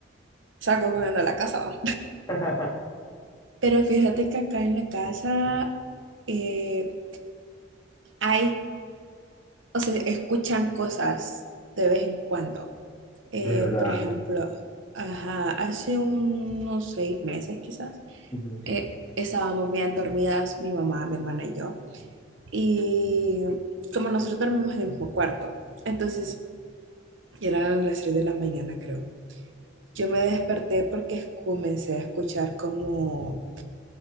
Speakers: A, on the right; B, on the left.
A: salgo corriendo a la casa. va.
B: <laughs>
A: <laughs> Pero fíjate que acá en la casa eh, hay o se escuchan cosas de vez en cuando. Eh,
B: De verdad.
A: por ejemplo, ajá, hace unos seis meses quizás,
B: Ujú.
A: eh, estábamos bien dormidas mi mamá, mi hermana y yo. Y como nosotros dormimos en el mismo cuarto, entonces eran las 3 de la mañana, creo. Yo me desperté porque comencé a escuchar como,